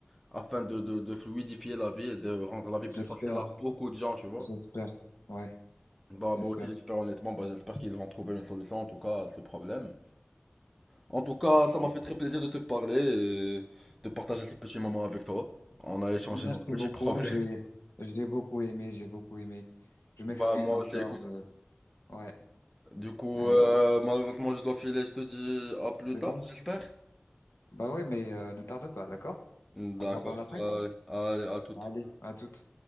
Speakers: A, in the centre; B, on the left (about 75°).
A: afin de, de, de fluidifier la vie et de rendre la vie
B: j'espère,
A: plus facile à beaucoup de gens, tu vois.
B: j'espère, ouais,
A: Bah,
B: j'espère.
A: moi aussi, j'espère, honnêtement, bah, j'espère qu'ils vont trouver une solution, en tout cas, à ce problème. En tout cas, ça
B: Bah
A: m'a
B: oui.
A: fait très plaisir de te parler et de partager ce petit moment avec toi. On a échangé
B: Merci
A: nos petits
B: beaucoup.
A: problèmes.
B: J'ai,
A: <laughs>
B: j'ai beaucoup aimé, j'ai beaucoup aimé. Je m'excuse
A: Bah moi
B: encore
A: aussi, écoute.
B: de, ouais,
A: Du coup,
B: allez,
A: euh, malheureusement, je dois filer. Je te dis à plus
B: c'est
A: tard,
B: bon?
A: j'espère.
B: Bah ouais, mais euh, ne tarde pas, d'accord?
A: D'accord.
B: On se reparle après?
A: Allez, allez, à toute.
B: Allez, à toute.